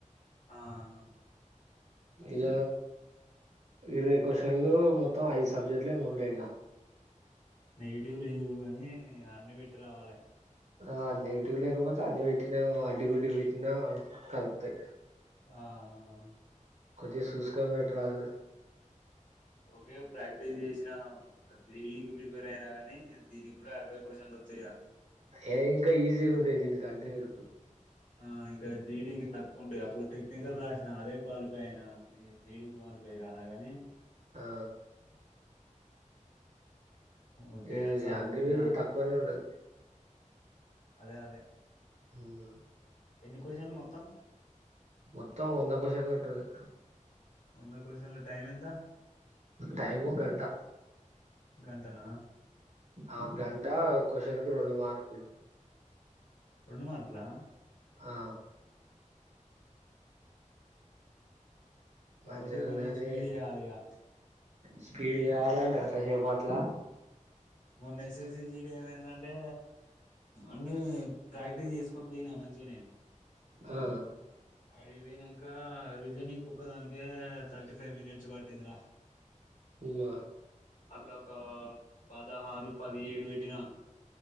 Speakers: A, on the left; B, on the right.
A: ఆ ఆ
B: ఇగ ఇరవై క్వశ్చన్లు మొత్తం ఐదు సబ్జెక్ట్లు ఏమో ఉంటాయి గ
A: నెగిటివ్ లేవు కాని అన్ని వెట్టి రావాలె
B: ఆ నెగిటివ్ లేకపోతే అన్ని వెట్టినా అడ్డిగుడ్డి పెట్టినా కలుత్తాయ్
A: ఆ ఆఆ
B: కొద్దిగ సూసుకో పెట్టరాదు
A: ఓకే ప్రాక్టీస్ చేసినా దీనికి ప్రిపేర్ అయినా గానీ ఇస్ దీనికి కూడా అవే క్వశ్చన్లు వస్తాయ
B: ఏ ఇంకా ఈజీ ఉంటాయి దీనికి అడ్ని మరుకు
A: ఆ ఇంకా జీడీకి తక్కువ ఉంటది అప్పుడు టెక్నికల్ రాసిన అదే క్వాలిఫై అయినా జీడీ క్వాలిఫై కాలేగాని
B: ఆ
A: ఓకే
B: ఈ
A: చదువుకున్నా
B: అగ్నివీరు తక్కువనే ఉండదు
A: అదే అదే
B: హ్మ్
A: ఎన్ని కొషన్లు మొత్తం
B: మొత్తం వంద క్వశ్చన్ నట్టుంది
A: వంద కోశన్లు టైమ్ ఎంత
B: టైము గంట
A: గంటనా
B: ఆ గంట క్వశ్చన్ కి రెండు మార్కులు
A: రెండు మార్కులా
B: ఆ
A: కవుద
B: మంచిగా
A: కొంచం
B: ఉన్నాయని
A: స్పీడ్ చేయాలిగా
B: స్పీడ్ చేయాలే గంటసేపట్ల
A: మొన్న ఎస్ ఎస్ సి జీడి ఏమైందంటే అన్ని ప్రాక్టీస్ చేసుకొని పోయినా మంచిగనే
B: ఆ
A: అడిపోయినాంక రీజనింగ్ కుక్క దానికే థర్టీ ఫైవ్ మినిట్స్ పట్టిందిరా
B: ఉమ్,
A: అల్లొకా పద ఆరు పది ఏడు బెటిిన